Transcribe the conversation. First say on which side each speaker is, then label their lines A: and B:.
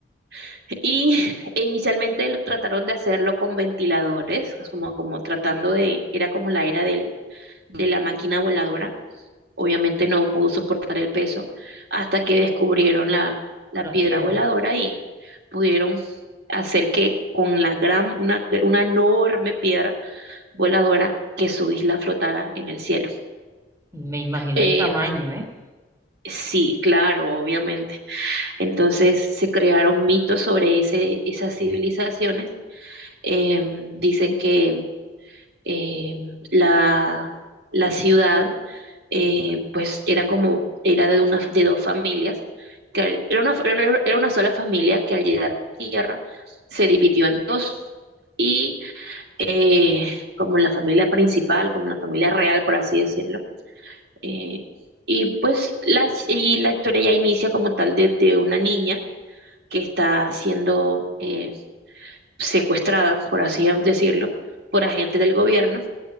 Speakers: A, on the right; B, on the right.
A: <laughs> Y e inicialmente lo- trataron de hacerlo con ventiladores, como, como tratando de, era como la era del, de la máquina voladora Obviamente no pudo soportar el peso hasta que descubrieron la, la
B: la
A: piedra
B: piedra.
A: voladora y pudieron hacer que con la gran, una, una enorme piedra voladora que su isla flotara en el cielo.
B: Me imagino
A: Eh,
B: el tamaño, ¿eh?
A: sí, claro, obviamente. Entonces se crearon mitos sobre ese, esas civilizaciones. Eh, dicen que eh, la, la ciudad eh, pues eran como, era de, una, de dos familias, que al- era una, era era una sola familia que al llegar a la Tierra se dividió en dos y eh, como la familia principal, como la familia real, por así decirlo. eh, y pues la, y la historia ya inicia como tal desde una niña que está siendo... eh, secuestrada, por así decirlo, por agentes del gobierno